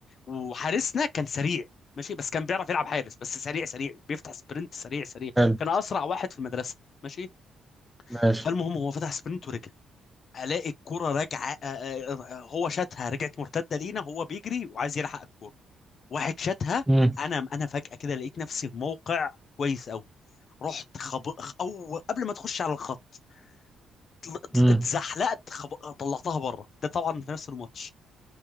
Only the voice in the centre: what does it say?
حلو
ماشي
مم.
مم.